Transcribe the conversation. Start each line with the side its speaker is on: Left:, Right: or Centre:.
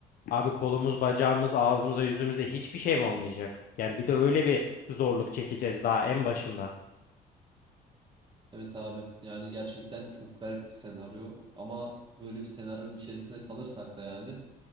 Left: Abi kolumuz, bacağımız, ağzımıza, yüzümüze hiçbir şey mi olmayacak? Yani bir de öyle bir zorluk çekeceğiz daha en başında.
Right: Evet abi yani gerçekten çok garip bir senaryo ama böyle bir senaryonun içerisinde kalırsak da yani